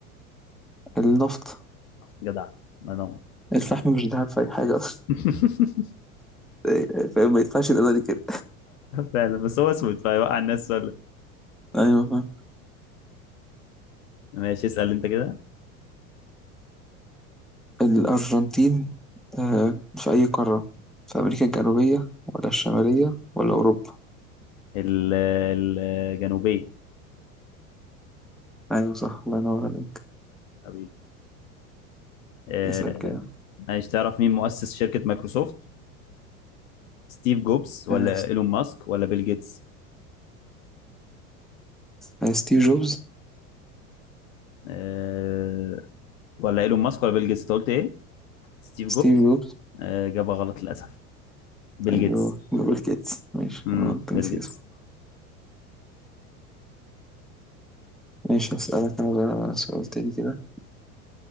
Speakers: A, in the centre; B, on the left (about 60°).
A: النفط
B: جدع ما نو
A: الفحم مش ذهب في أي حاجة أصلا
B: <laughs>
A: إيه، فاهم؟ ما يدفعش القيمة دي كده
B: فعلا بس هو اسود فيوقع الناس
A: أيوة فاهم
B: ماشي اسأل انت كده
A: الأرجنتين آه، في أي قارة في أمريكا الجنوبية ولا الشمالية ولا أوروبا
B: ال- الجنوبية
A: أيوة صح الله ينور عليك
B: حبيبي آه،
A: اسأل كده
B: عايز تعرف مين مؤسس شركة مايكروسوفت ستيف جوبز ولا
A: آه، س-
B: ايلون ماسك ولا بيل جيتس
A: آه، ستيف جوبز
B: آه، ولا ايلون ماسك ولا بيل جيتس انت قلت ايه ستيف
A: ستيف
B: جوبز
A: جوبز
B: آه، اجابة غلط للاسف بيل
A: أيوه
B: جيتس
A: بيل جيتس ماشي
B: امم
A: أه كنت
B: بيل
A: ناسي
B: جيتس
A: اسمه ماشي هسألك أنا بقى سؤال تاني كده